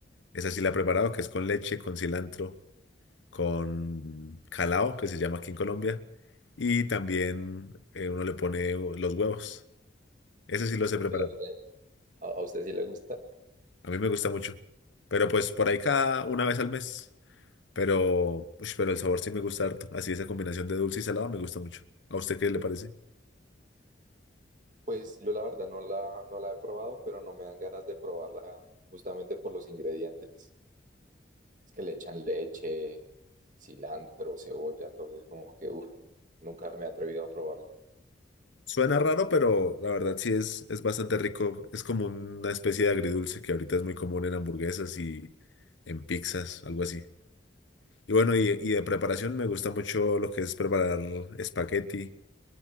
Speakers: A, on the left; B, on the right.
A: esa sí la he preparado, que es con leche, con cilantro con calao, que se llama aquí en Colombia, y también eh, uno le pone los huevos. Ese sí lo he
B: Uf,
A: preparado.
B: ¿y ¿a usted, a- a usted sí le gusta?
A: A mí me gusta mucho. Pero pues por ahí cada una vez al mes. Pero, ush, pero el sabor sí me gusta harto. Así esa combinación de dulce y salado me gusta mucho. ¿A usted qué le parece?
B: Pues yo la verdad no la, no la he probado, pero no me dan ganas de probarla justamente por los ingredientes. es que le echan leche, cilantro, cebolla, entonces como que, uff, nunca me he atrevido a probarla.
A: Suena raro, pero la verdad sí es, es bastante rico. Es como una especie de agridulce que ahorita es muy común en hamburguesas y en pizzas, algo así. Y bueno, y, y de preparación me gusta mucho lo que es preparar espagueti